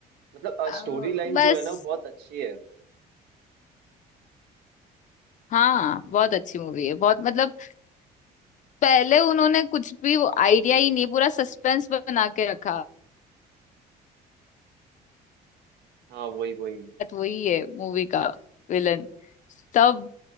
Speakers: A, on the right; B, on the left.
A: मतलब
B: अ,
A: स्टोरी लाइन
B: बस
A: जो है ना वो बहुत अच्छी है
B: हाँ बहुत अच्छी मूवी है बहुत मतलब पहले उन्होंने कुछ भी वो आइडिया ही नहीं पूरा सस्पेंस बना के रखा
A: हाँ वही वही
B: तो वही है मूवी का विलन सब